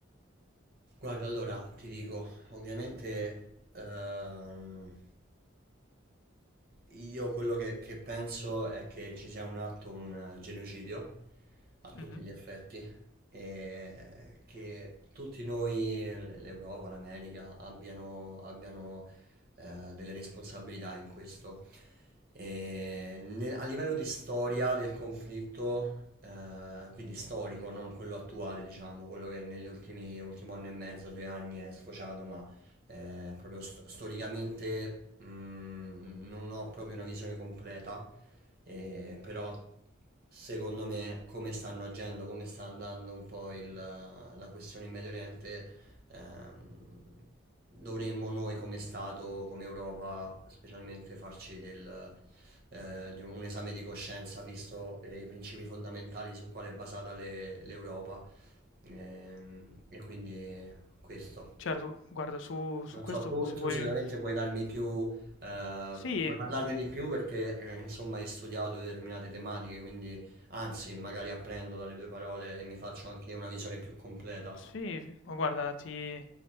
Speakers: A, on the right (about 50°); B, on the left (about 75°).
A: Guarda, allora ti dico, ovviamente ehm, io quello che, che penso è che ci sia un atto, un eh, genocidio a tutti
B: Mh-mh.
A: gli effetti e che tutti noi, l- l'Europa, l'America, abbiano, abbiano eh, delle responsabilità in questo. E ne- a livello di storia del conflitto, eh, quindi storico, non quello attuale, diciamo, quello che negli ultimi ultimo anno e mezzo, due anni è sfociato, ma eh, proprio sto- storicamente mm, non ho proprio una visione completa, eh, però secondo me come stanno agendo, come sta andando un po' il- la questione in Medio Oriente Ehm, dovremmo noi come Stato, come Europa, specialmente farci del, eh, di un esame di coscienza, visto eh, i principi fondamentali su quale è basata le- l'Europa. Ehm, e quindi questo.
B: Certo, guarda su su
A: Non
B: questo
A: so, tu,
B: se
A: tu
B: vuoi
A: sicuramente puoi darmi più, eh,
B: Sì,
A: pu- puoi parlarne
B: gu
A: di più perché eh, insomma hai studiato determinate tematiche, quindi anzi magari apprendo dalle tue parole e mi faccio anche una visione più completa.
B: Sì, f ma guarda ti